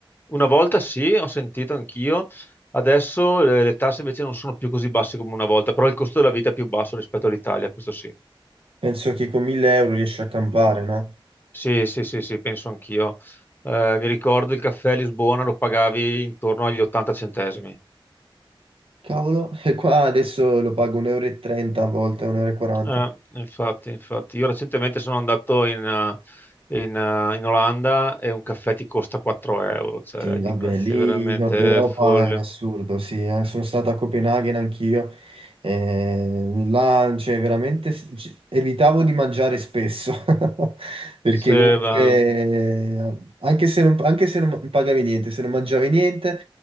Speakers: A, on the left; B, on the right.
A: Una volta sì, ho sentito anch'io. Adesso eh, le tasse invece non sono più così basse come una volta, però il costo della vita è più basso rispetto all'Italia, questo sì.
B: Penso che con 1000 euro riesci a campare, no?
A: Sì, sì, sì, sì, penso anch'io. Eh, mi ricordo il caffè a Lisbona lo pagavi intorno agli 80 centesimi.
B: Cavolo, e qua adesso lo pago 1,30 euro e 30 a volte, 1,40 euro.
A: Eh,
B: e quaranta.
A: infatti, infatti. Io recentemente sono andato in, eh, in, eh, in Olanda e un caffè ti costa 4 euro, cioè
B: Sì,
A: di
B: vabbè,
A: prezzi
B: lì
A: veramente
B: in Nord Europa
A: folli.
B: è un assurdo, sì, eh. Sono stato a Copenaghen anch'io, eh, là, cioè, veramente s- c- evitavo di mangiare spesso, <laughs> perché
A: Sì,
B: comunque,
A: va.
B: eh, anche se non, anche se non ma- pagavi niente, se non mangiavi niente,